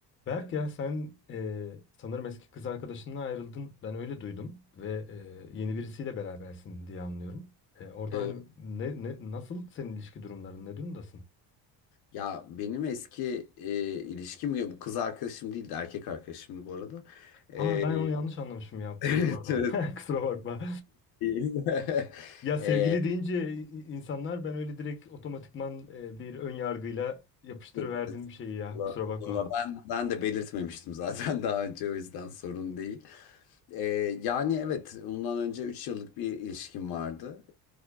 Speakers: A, on the left; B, on the left.
A: Berk ya sen e, sanırım eski kız arkadaşınla ayrıldın. Ben öyle duydum ve e, yeni birisiyle berabersin diye anlıyorum. E, orada
B: Ee,
A: hani ne, ne nasıl senin ilişki durumların ne durumdasın?
B: ya benim eski e, ilişkim ya bu kız arkadaşım değildi erkek arkadaşımdı bu arada. Ee,
A: Aa ben onu yanlış
B: <laughs>
A: anlamışım ya.
B: evet,
A: Çok pardon.
B: evet.
A: <laughs> Kusura bakma.
B: Değil.
A: Ya sevgili
B: <laughs> Ee,
A: deyince i- insanlar ben öyle direkt otomatikman e, bir ön yargıyla yapıştırıverdim
B: yok,
A: bir şeyi
B: estağfurullah.
A: ya. Kusura bakma.
B: Ama ben ben de belirtmemiştim zaten <laughs> daha önce o yüzden sorun değil. Ee, yani evet ondan önce 3 yıllık bir ilişkim vardı.